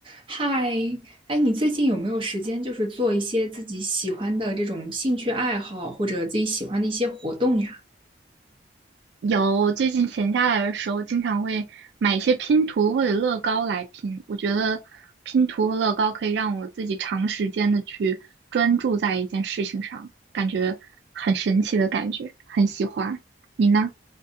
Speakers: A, on the right; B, on the right.
A: 嗨，哎，你最近有没有时间，就是做一些自己喜欢的这种兴趣爱好，或者自己喜欢的一些活动呀？
B: 有，最近闲下来的时候，经常会买一些拼图或者乐高来拼。我觉得拼图和乐高可以让我自己长时间的去专注在一件事情上，感觉很神奇的感觉，很喜欢。你呢？